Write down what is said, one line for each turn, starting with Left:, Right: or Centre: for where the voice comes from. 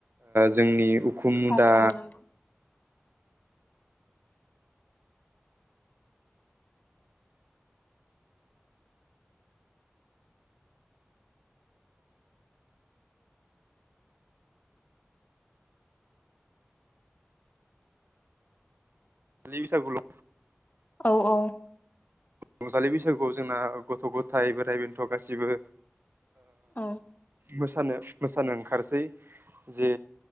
Right: जोंनि उखुम मुदा
Left: औ औ नंगौ
Right: बिसागल
Left: औ औ
Right: रंजालि बैसागुआव जोंना गथ' गथाय बोराइ बेन्थ' गासिबो
Left: औ
Right: मोसानो मस मोसानो ओंखारसै जे